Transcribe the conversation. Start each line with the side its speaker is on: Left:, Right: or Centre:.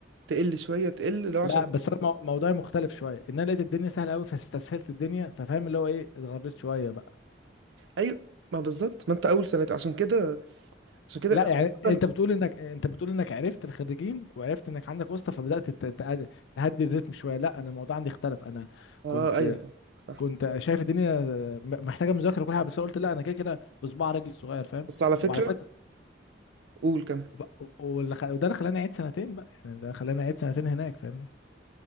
Right: تقل شويه تقل اللي هو
Left: لا
Right: عشان
Left: بس انا مو- موضوعي مختلف شويه ان انا لقيت الدنيا سهله قوي فاستسهلت الدنيا ففاهم اللي هو ايه اتغريت شويه بقى
Right: ايوه ما بالظبط ما انت اول سنتين عشان كده عشان كده
Left: لا يعني انت
Right: عامه
Left: بتقول انك انت بتقول انك عرفت الخريجين وعرفت انك عندك واسطه فبدات تت- تقل- تهدي الريتم شويه لا انا الموضوع عندي اختلف انا
Right: اه
Left: كنت
Right: ايوه فاهمك، صح
Left: كنت شايف الدنيا م- محتاجه مذاكره وكل حاجه بس أنا قلت لا انا كده كده بصباع رجلي الصغير فاهم
Right: بس على فكره
Left: وعلى فكره
Right: قول كم
Left: وب- واللي خ- وده اللي خلاني اعيد سنتين بقى يعني ده خلاني اعيد سنتين هناك فاهمني